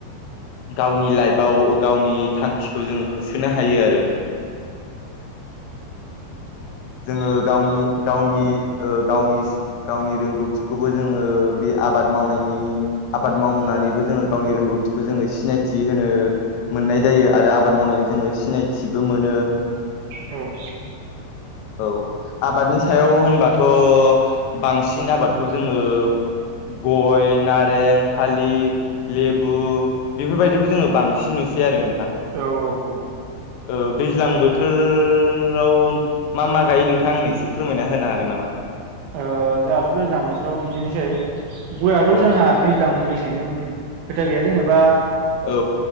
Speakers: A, on the left; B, on the right.
A: गावनि लाइफआव गावनि थांखिखौ जोङो हो सोनो हायो आरो जोङो गावनि गावनि ओ गावनि गावनि रोंगौथिखौबो जोङो बे आबाद मावनायनि आबाद आ मावनानैबो जोङो गावनि रोंगौथिखौ जोङो सिनायथि होनो मोननाय जायो आरो आबाद मावनानै जोङो सिनायथिबो मोनो
B: औ
A: औ आबादनि सायाव होनबाथ बांसिन आबादखौ जोङो गय नारें था थालिर लेबु बेफोरबायदिखौ जोङो बांसिन नुसै आरो नों
B: औ औ औ
A: औ दैज्लां बोथोराव मा मा गायो नोंथां आंनो एसे फोरमायना होनो हागोन नामा
B: ओ जोंहाथ दैज्लां बोथोराव बिदिनोसै गयथ
A: औ
B: जोंहा दैज्लां मेस सें जों खोथा गैया जेनेबा
A: औ